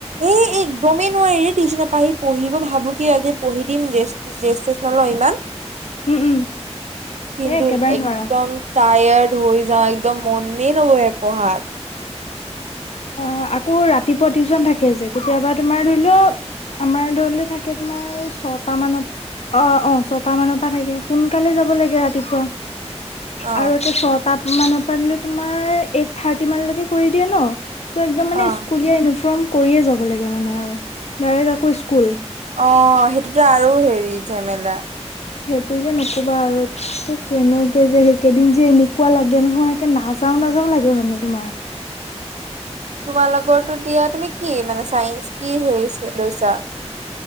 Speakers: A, on the right (about 85°); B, on the left (about 65°).
A: এ, একদমেই নোৱাৰি টিউশ্যনৰ পা আহি পঢ়িব ভাবো কি আজি পঢ়ি দিম ৰে-ৰেষ্ট তুষ্ট লম ৰ, ইমান
B: উম, উম
A: কিন্তু
B: এ একেবাৰে নোৱাৰা।
A: একদম তায়াৰ্ড হৈ যাওঁ, একদম মনেই নবহে পঢ়াত।
B: আ, আকৌ ৰাতিপুৱা টিউশন থাকে যে কেতিয়াবা তুমাৰ ধৰিলও আমাৰ ধৰিল থাকে তোমাৰ ছটা মানত অ', অ', ছটা মানৰ পৰা থাকে সোনকালে যাব লাগে ৰাতিপুৱা।
A: অ',
B: আৰু এটা ছয়টা মানৰ পৰা তোমাৰ এইট থাৰ্টি মান লৈকে কৰি দিয়া ন। ত, একদম মানে
A: অ',
B: স্কুলীয়া ইউনিফৰ্ম কৰিয়ে যাব লাগে মানে আৰু ডাইৰেক্ট আকৌ স্কুল।
A: অ' সেইটোতো আৰু হেৰি ঝেমেলা।
B: টো যে নকবা আৰু ত, কেনেকে যে সেইকেইদিন যে এনেকুৱা লাগে নহয় এ, নাযাও, নাযাও লাগে মানে তোমাৰ।
A: তোমালকৰটো দিয়া তুমি কি মানে চাইন্ঞ্চ কি হেৰি লৈছা?